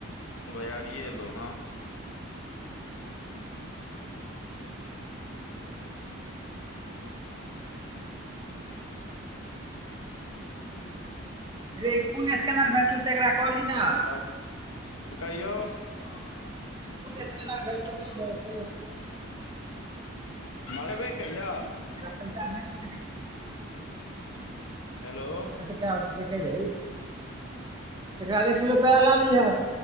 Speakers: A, on the left; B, on the right.
A: भैयारिये अयलो हें।
B: रे ई कुन स्कैनर भेजतो से एकरा कहली नै?
A: तब कहियौ? <unintelligible>
B: कोन स्कैनर भेजतौ नहि भेजतौ
A: मरबे कहिया।
B: एकरा पैसा भेज दीहे रे।
A: हेलो।
B: कै लेतो से कैह दही, एकरा लै एक किलो पैरा लाए लीहा।